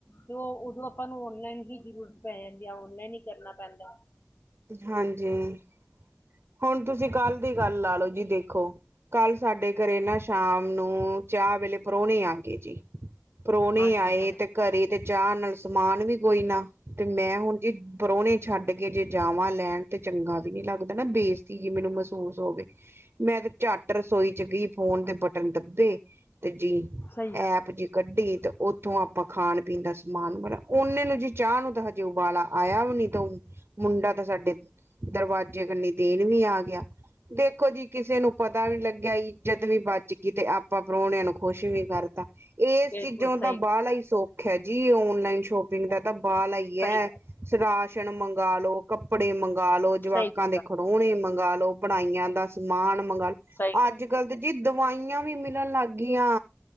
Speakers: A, on the left; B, on the right.
A: ਤੇ ਉਹ ਉਦੋਂ ਆਪਾਂ ਨੂੰ ਆਨਲਾਈਨ ਹੀ ਜ਼ਰੂਰਤ ਪੈ ਜਾਂਦੀ ਆ ਇਨਾ ਨੀ ਕਰਨਾ ਪੈਂਦਾ
B: ਹਾਂਜੀ, ਹੁਣ ਤੁਸੀਂ ਕੱਲ੍ਹ ਦੀ ਗੱਲ ਲਾ ਲੋ ਜੀ ਦੇਖੋ ਕੱਲ੍ਹ ਸਾਡੇ ਘਰੇ ਨਾ ਸ਼ਾਮ ਨੂੰ ਚਾਹ ਵੇਲੇ ਪ੍ਰਾਹੁਣੇ ਆ ਗਏ ਜੀ, ਪ੍ਰਾਹੁਣੇ
A: ਹਾਂਜੀ
B: ਆਏ
A: ਹਾਂਜੀ
B: ਤੇ ਘਰੇ ਤੇ ਚਾਹ ਨਾਲ ਸਮਾਨ ਵੀ ਕੋਈ ਨਾ ਤੇ ਮੈਂ ਹੁਣ ਜੀ ਪ੍ਰੋਹਣੇ ਛੱਡ ਕੇ ਜੇ ਜਾਵਾਂ ਲੈਣ ਤੇ ਚੰਗਾ ਵੀ ਨੀ ਲੱਗਦਾ ਨਾ ਬੇਸਤੀ ਜੀ ਮੈਨੂੰ ਮਸੁਸ ਮਹਿਸੂਸ ਹੋਵੇ ਮੈਂ ਤੇ ਝੱਟ ਰਸੋਈ ਚ ਗਈ ਫੋਨ ਦੇ ਬਟਨ ਦੱਬੇ ਤੇ ਜੀ
A: ਸਹੀ ਗੱਲ
B: ਐਪ
A: ਹੈ,
B: ਜੀ ਕੱਢੀ ਤੇ ਉੱਥੋਂ ਆਪਾਂ ਖਾਣ ਪੀਣ ਦਾ ਸਮਾਨ ਬੜਾ ੳਨੇ ਨੂੰ ਜੀ ਚਾਹ ਨੂੰ ਹਜੇ ਉਹ ੳਬਾਲਾ ਆਇਆ ਵੀ ਨੀ ਤੇ ਉਹ ਮੁੰਡਾ ਤਾਂ ਸਾਡੇ ਦਰਵਾਜ਼ੇ ਕਨੀ ਦੇਣ ਵੀ ਆ ਗਿਆ ਦੇ ਦੇਖੋ ਜੀ ਕਿਸੇ ਨੂੰ ਪਤਾ ਵੀ ਲੱਗਿਆ ਇੱਜਤ ਵੀ ਬਚ ਗਈ ਤੇ ਆਪ ਆਪਾਂ ਪ੍ਰਾਹੁਣਿਆਂ ਨੂੰ ਖੁਸ਼ ਵੀ ਕਰਤਾ ਇਸ
A: ਬਿਲਕੁਲ
B: ਚੀਜ਼ੋਂ ਦਾ
A: ਸਹੀ ਗੱਲ
B: ਬਾਹਲਾ ਹੀ
A: ਹੈ,
B: ਸੌਖ ਹੈ ਜੀ ਆਨਲਾਈਨ ਸ਼ੋਪਿੰਗ
A: ਬਹੁਤ
B: ਦਾ ਤਾਂ ਬਾਹਲਾ ਹੀ ਐ
A: ਸਹੀ ਗੱਲ
B: ਰਾਸ਼ਨ ਮੰਗ ਮੰਗਾ ਲੋ ਕੱਪੜੇ ਮੰਗਾਲੋ ਜਵਾਕਾਂ
A: ਸਹੀ ਗੱਲ
B: ਦੇ
A: ਹੈ,
B: ਖਿਢੌਣੇ ਮੰਗਾ ਲੋ ਪੜਾਈਆਂ ਦਾ ਸਮਾਨ
A: ਸਹੀ ਗੱਲ
B: ਅੱਜ
A: ਹੈ।
B: ਕੱਲ੍ਹ ਤਾਂ ਜੀ ਦਵਾਈਆਂ ਵੀ ਮਿਲਣ ਲੱਗ ਗਈਆਂ